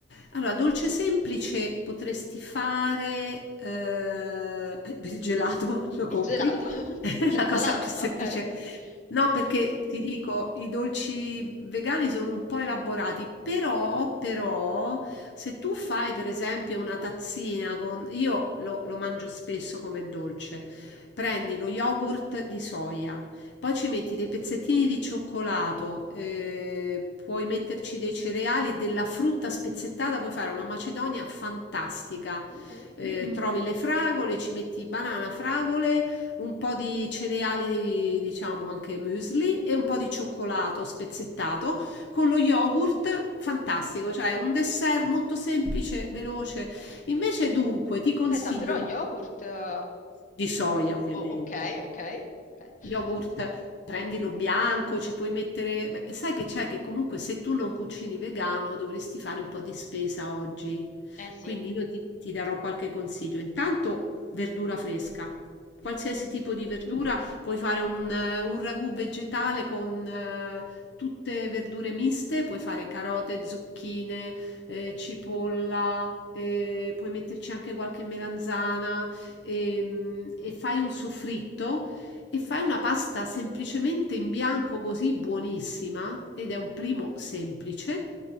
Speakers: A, on the left (about 70°); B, on the left (about 40°).
A: Allora, dolce semplice potresti fare eh, il gelato, <laughs> lo compri?
B: Il gelato?
A: <laughs>
B: <laughs>
A: È
B: Senza
A: la cosa
B: latte?
A: più semplice.
B: Ah, ok, ok.
A: No,
B: <laughs>
A: perché ti dico, i dolci vegani sono un po' elaborati, però, però, se tu fai per esempio una tazzina con... Io lo, lo mangio spesso come dolce. Prendi lo yogurt di soia Poi ci metti dei pezzettini di cioccolato, eh, puoi metterci dei cereali, della frutta spezzettata, puoi fare una macedonia fantastica.
B: Mhm.
A: Eh, Mhm. trovi le fragole, ci metti banana, fragole, un po' di cereali, diciamo anche muesli e un po' di cioccolato spezzettato con lo yogurt, fantastico, cioè un dessert molto semplice, veloce. Invece dunque ti consiglio
B: Aspetta, però yogurt...
A: un-
B: eh,
A: di soia, ovviamente.
B: o- ok, ok, ok. <laughs>
A: Yogurt, prendilo bianco, ci puoi mettere... beh, sai che c'è che comunque se tu non cucini vegano dovresti fare un po' di spesa oggi.
B: Eh sì.
A: Quindi io ti, ti darò qualche consiglio. Intanto verdura fresca. Qualsiasi
B: Mhm.
A: tipo di verdura, puoi fare un, eh, un ragù vegetale con eh, tutte verdure miste, puoi fare carote, zucchine, eh, cipolla, eh, puoi metterci anche qualche melanzana ehm, e fai un soffritto e fai una pasta semplicemente in bianco così buonissima ed è un primo semplice,